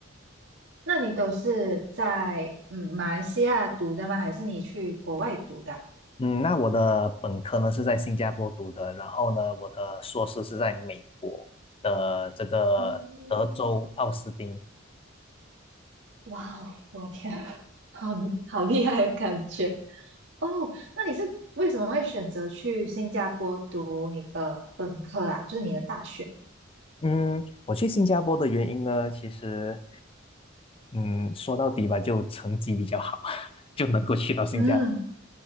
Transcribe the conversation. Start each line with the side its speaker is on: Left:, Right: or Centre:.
Right: 那你都是在嗯马来西亚读的吗？还是你去国外读的啊
Left: 嗯，那我的本科呢是在新加坡读的，然后呢，我的硕士是在美国的这个德州奥斯汀。
Right: 哦，哇哦，我天啊，好好厉害的感觉。哦，那你是为什么会选择去新加坡读你的本科啊？就是你的大学？
Left: 嗯，我去新加坡的原因呢，其实，嗯，说到底吧，就成绩比较好，<laughs> 就能够去到新加坡
Right: 嗯，